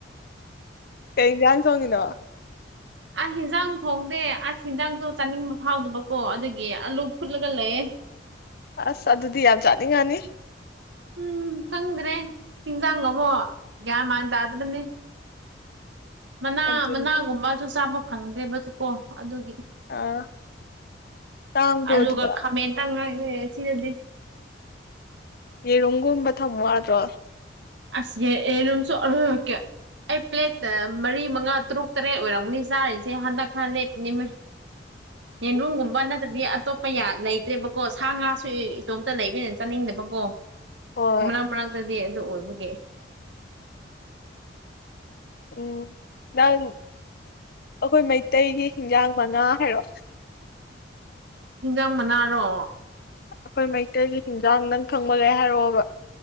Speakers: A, on the left; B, on the right.
A: ꯀꯧ ꯌꯥꯟꯖꯤꯡ ꯊꯣꯡꯏꯅꯣ
B: ꯑꯁ ꯍꯟꯖꯥꯡ ꯊꯣꯡꯗꯦ ꯑꯁ ꯍꯟꯖꯥꯡꯁꯨ ꯆꯥꯅꯤꯡꯕ ꯐꯥꯎꯗꯕꯀꯣ ꯑꯗꯨꯒꯤ ꯑꯂꯨ ꯐꯨꯠꯂꯒ ꯂꯩꯌꯦ
A: ꯑꯁ ꯑꯗꯨꯗꯤ ꯌꯥꯝ ꯆꯥꯅꯤꯡꯉꯥꯅꯤ
B: ꯎꯝ ꯈꯪꯗ꯭ꯔꯦ ꯍꯤꯟꯖꯥꯡꯅꯀꯣ ꯒ꯭ꯌꯥꯟ ꯃꯥꯟꯅ ꯇꯥꯗꯕꯅꯤ ꯃꯅꯥ
A: ꯑꯗꯨꯅꯤ
B: ꯃꯅꯥꯒꯨꯝꯕꯁꯨ ꯆꯥꯕ ꯐꯪꯗ꯭ꯔꯦꯕꯁꯨ ꯀꯣ ꯑꯗꯨꯒꯤ
A: ꯑꯥ ꯇꯥꯡꯕ꯭ꯔꯣ
B: ꯑꯂꯨꯒ
A: ꯑꯗꯨꯗ
B: ꯈꯥꯃꯦꯟꯇꯪꯉꯥꯏꯈꯔ ꯁꯤꯗꯗꯤ
A: ꯌꯦꯔꯨꯝꯒꯨꯝꯕ ꯊꯝꯃꯪ ꯌꯥꯗ꯭ꯔꯣ
B: ꯑꯁ ꯌꯣꯔꯝꯁꯨ ꯑꯍꯨꯃ ꯝꯢꯀꯤ ꯑꯩ ꯄ꯭ꯂꯦꯠꯇ ꯃꯔꯤ ꯃꯉꯥ ꯇꯔꯨꯛ ꯇꯔꯦꯠ ꯑꯣꯏꯔꯝꯒꯅꯤ ꯆꯥꯔꯤꯁꯦ ꯍꯟꯗꯛ ꯈꯔ ꯂꯦꯞꯄꯅꯤ
A: <unintelligible>
B: ꯌꯦꯟꯔꯨꯝꯒꯨꯝꯕ ꯅꯠꯇ꯭ꯔꯗꯤ ꯑꯇꯣꯞꯄ ꯂꯩꯇ꯭ꯔꯦꯕꯀꯣ ꯁꯥ ꯉꯥꯁꯨ ꯏꯇꯣꯝꯇ ꯂꯩꯕꯅꯤꯅ ꯆꯥꯅꯤꯡꯗꯕꯀꯣ
A: ꯍꯣꯏ
B: ꯃꯔꯛ ꯃꯔꯛꯇꯗꯤ ꯑꯗꯨ ꯑꯣꯏꯕꯒꯤ
A: ꯎꯝ ꯅꯪ ꯑꯩꯈꯣꯏ ꯃꯩꯇꯩꯒꯤ ꯍꯤꯟꯖꯥꯡ ꯃꯉꯥ ꯍꯥꯏꯔꯣ
B: ꯍꯤꯟꯖꯥꯡ ꯃꯅꯥꯔꯣ
A: ꯑꯩꯈꯣꯏ ꯃꯩꯇꯩꯒꯤ ꯍꯤꯟꯖꯥꯡ ꯅꯪ ꯈꯪꯕꯒ ꯍꯥꯏꯔꯛꯑꯣꯕ